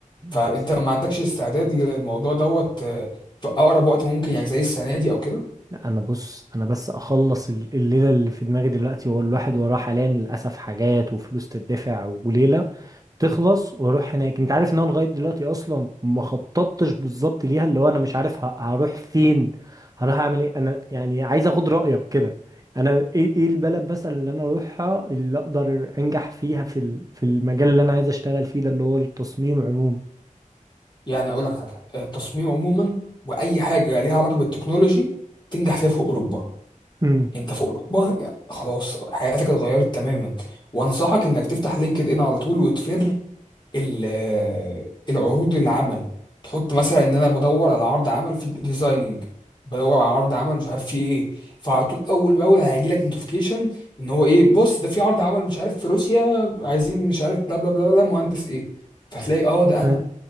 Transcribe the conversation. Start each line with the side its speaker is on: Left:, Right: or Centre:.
Left: فانت
Right: بس
Left: ما عندكش استعداد للموضوع دوت آه، في اقرب وقت ممكن يعني زي السنه دي او كده
Right: لا انا بص انا بس اخلص ال- الليله اللي في دماغي دلوقتي هو الواحد وراه حاليا للاسف حاجات وفلوس تدفع وليله تخلص واروح هناك انت عارف ان انا لغايه دلوقتي اصلا ما خططتش بالظبط ليها اللي هو انا مش عارف ه- هروح فين هروح اعمل ايه انا يعني عايز اخد رايك كده انا ايه ايه البلد مثلا اللي انا اروحها اللي اقدر انجح فيها في ال- في المجال اللي انا عايز اشتغل فيه ده اللي هو التصميم عموما
Left: يعني اقول لك حاجه آه، التصميم عموما واي حاجه ليها علاقه بالتكنولوجي تنجح فيها في اوروبا
Right: امم
Left: انت في اوروبا آه، خلاص حياتك اتغيرت تماما وانصحك انك تفتح لينكد ان على طول وتفر ال- العروض العمل تحط مثلا ان انا بدور على عرض عمل في ديزايننج بدور على عرض عمل مش عارف فيه ايه فعلى طول اول باول هيجي لك نوتيفيكيشن ان هو ايه بص ده في عرض عمل مش عارف في روسيا عايزين مش عارف بلا بلا بلا بلا مهندس ايه فتلاقي اه ده انا
Right: حلو.